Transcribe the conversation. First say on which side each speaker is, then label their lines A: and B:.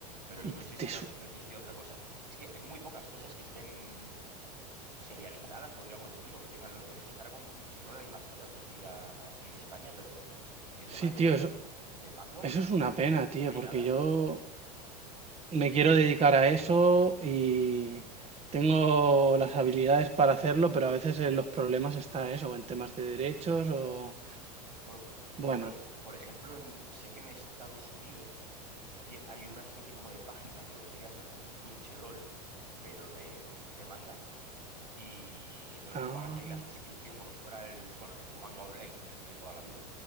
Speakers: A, on the right (about 85°); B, on the right (about 30°).
A: Pero
B: Y
A: no
B: te
A: existía,
B: te su-
A: no existía otra cosa. Es que hay muy pocas cosas que estén serializadas, podríamos decir, o que tengan los derechos. Ahora con Crunchyroll hay más cosas aquí a- a- en España, pero de temas
B: Sí,
A: de,
B: tío, eso,
A: de manguas
B: eso es
A: no,
B: una pena,
A: no
B: tío,
A: hay
B: porque
A: nada,
B: yo
A: ¿eh?
B: me quiero dedicar a eso y
A: Mm.
B: tengo las habilidades para hacerlo, pero a veces en los problemas está eso, en temas de derechos o...
A: Bueno, yo
B: Bueno.
A: por, por ejemplo en- sé que en Estados Unidos tie- hay una especie como de página que vendría a ser como un Crunchyroll, pero de, mm, de manga. Y entonces
B: Ah,
A: tú pagas ahí la suscripción como si fuera el, bueno, el tu manga online de aquí de toda la vida.